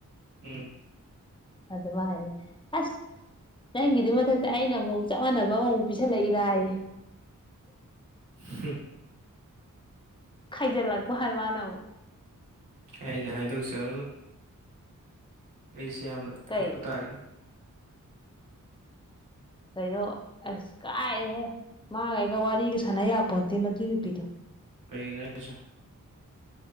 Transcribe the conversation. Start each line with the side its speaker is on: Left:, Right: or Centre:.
Right: ꯎꯝ
Left: ꯑꯗ ꯃꯥꯅ ꯍꯥꯌꯅꯦ ꯑꯁ ꯅꯪꯒꯤꯗꯨ ꯃꯊꯛꯇ ꯑꯩꯅ ꯑꯃꯨꯛ ꯆꯞ ꯃꯥꯟꯅꯕ ꯑꯃꯃꯨꯛ ꯄꯤꯁꯜꯂꯛꯔꯥꯌꯦ
Right: <unintelligible>
Left: ꯈꯥꯏꯖꯜ ꯂꯛꯄ ꯍꯥꯏ ꯃꯥꯅ ꯑꯃꯨꯛ
Right: ꯑꯩꯗꯤ ꯍꯥꯏꯗꯣꯛꯆꯔꯨꯅꯨ ꯑꯩꯁꯦ ꯌꯥꯝꯅ
Left: ꯀꯩ
Right: ꯈꯠꯄ ꯇꯥꯒꯤꯅꯤ
Left: ꯀꯩꯅꯣ ꯑꯁ ꯀꯥꯏꯔꯦꯍꯦ ꯃꯥꯥꯒ ꯑꯩꯒ ꯋꯥꯔꯤꯒ ꯁꯥꯟꯅ ꯌꯥꯄꯣꯟꯇꯦ ꯃꯗꯨꯏ ꯅꯨꯄꯤꯗꯣ
Right: ꯀꯩꯒꯤꯅꯣ ꯍꯥꯏꯁꯦ